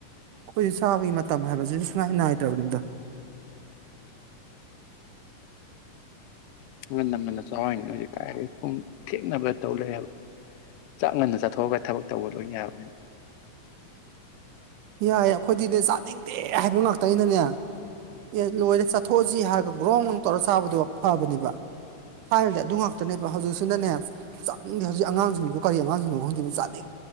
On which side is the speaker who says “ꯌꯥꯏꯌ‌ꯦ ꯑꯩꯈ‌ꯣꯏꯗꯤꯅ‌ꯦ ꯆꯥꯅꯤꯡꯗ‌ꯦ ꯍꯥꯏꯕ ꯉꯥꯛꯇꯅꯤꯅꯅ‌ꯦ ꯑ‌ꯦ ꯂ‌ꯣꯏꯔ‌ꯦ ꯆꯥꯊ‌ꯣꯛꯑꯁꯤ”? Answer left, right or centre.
Right